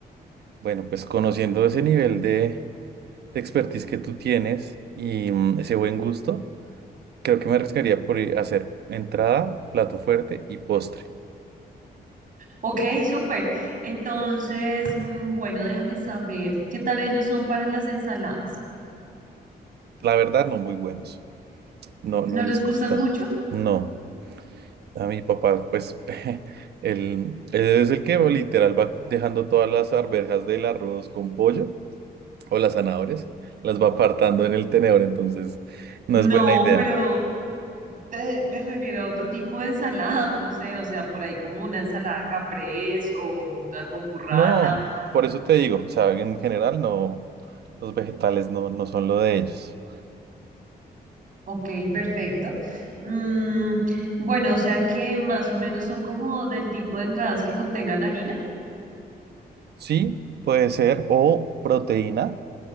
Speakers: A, on the right (about 80°); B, on the right (about 55°).
A: Bueno, pues conociendo ese nivel de, de expertise que tú tienes y mm, ese buen gusto, creo que me arriesgaría por ir a hacer entrada, plato fuerte y postre.
B: Ok, súper. Entonces, mm, bueno, déjame saber, ¿qué tal ellos son para las ensaladas?
A: La verdad, no muy buenos. No,
B: ¿No
A: no
B: les
A: les
B: gustan
A: gusta.
B: mucho?
A: No. A mi papá, pues, <laughs> él, él es el que literal va dejando todas las arvejas del arroz con pollo o las zanahorias, las va apartando en el tenedor, entonces no
B: No,
A: es buena idea.
B: pero te- me refiero a otro tipo de ensalada, no sé, o sea, por ahí como una ensalada caprese o una con burrata.
A: No, por eso te digo, o sea, en general no, los vegetales no, no son lo de ellos.
B: Ok, perfecto. Mm, bueno, o sea que más o menos son como del tipo de entradas que contengan harina.
A: Sí, puede ser, o proteína,